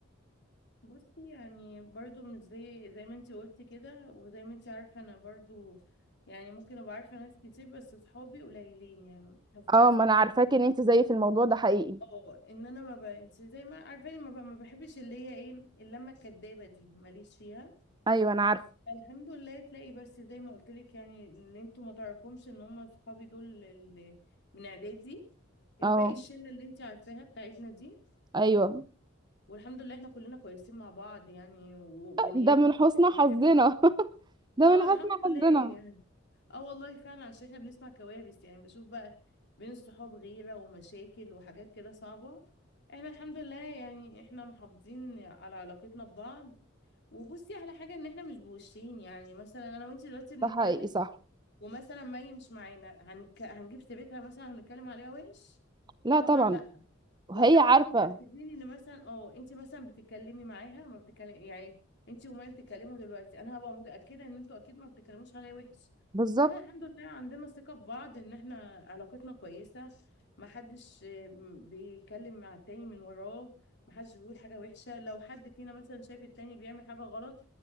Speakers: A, on the left (about 55°); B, on the right (about 20°).
A: بصي يعني برضو مش زي زي ما انتي قلتي كده وزي ما انتي عارفة انا برضو يعني ممكن ابقى عارفة ناس كتير بس صحابي قليلين يعني حس-
B: اه ما
A: صحابي
B: انا عارفاك ان انت زيي في الموضوع ده حقيقي
A: اه ان انا ما ب... انتي زي ما عارفاني ما, ب... ما بحبش اللي هي ايه اللمة الكدابة دي ماليش فيها
B: ايوه انا عارفه
A: الحمد لله تلاقي بس زي ما قلت لك يعني ان انتوا ما تعرفهمش ان هم صحابي دول اللي من اعدادي الباقي
B: اه
A: الشلة اللي انتي عارفاها بتاعتنا دي
B: ايوه
A: والحمد لله احنا كلنا كويسين مع بعض يعني و... ونيتنا
B: ده من
A: صافية
B: حسن
A: من
B: حظنا
A: ناحية بعض
B: <laughs> ده
A: اه
B: من حسن
A: الحمد
B: حظنا
A: لله يعني اه والله فعلا عشان احنا بنسمع كوارث يعني بشوف بقى بين الصحاب غيرة ومشاكل وحاجات كده صعبة احنا الحمد لله يعني احنا محافظين على علاقتنا ببعض وبصي على حاجة ان احنا مش بوشين يعني مثلا انا وانتي دلوقتي بنتكلم
B: ده حقيقي صح
A: ومثلا مي مش معانا هنك... هنجيب سيرتها مثلا هنتكلم عليها وحش
B: لا
A: طبعا
B: طبعا
A: لا
B: وهي
A: واحنا برضو
B: عارفة
A: متاكدين ان مثلا اه انت مثلا بتتكلمي معاها ما بتتكلم يعني انت وما بتتكلموا دلوقتي انا هبقى متاكده ان انتوا اكيد ما بتتكلموش عليا وحش
B: بالظبط
A: فاحنا الحمد لله عندنا ثقه في بعض ان احنا علاقتنا كويسه ما حدش آه، م- بيتكلم مع التاني من وراه ما حدش بيقول حاجه وحشه لو حد فينا مثلا شايف التاني بيعمل حاجه غلط